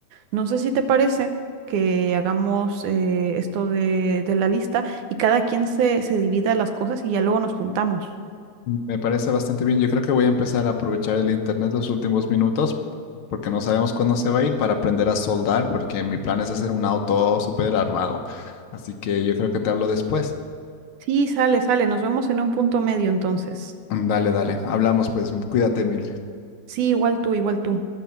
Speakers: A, on the right; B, on the left.
A: No sé si te parece que hagamos eh, esto de, de la lista y cada quien se, se divida las cosas y ya luego nos juntamos.
B: Me parece bastante bien. Yo creo que voy a empezar a aprovechar el internet los últimos minutos porque no sabemos cuándo se va a ir para aprender a soldar porque mi plan es hacer un auto súper armado. Así que yo creo que te hablo después.
A: Sí, sale, sale, nos vemos en un punto medio entonces.
B: Dale, dale. Hablamos pues. Cuídate mil.
A: Sí, igual tú, igual tú.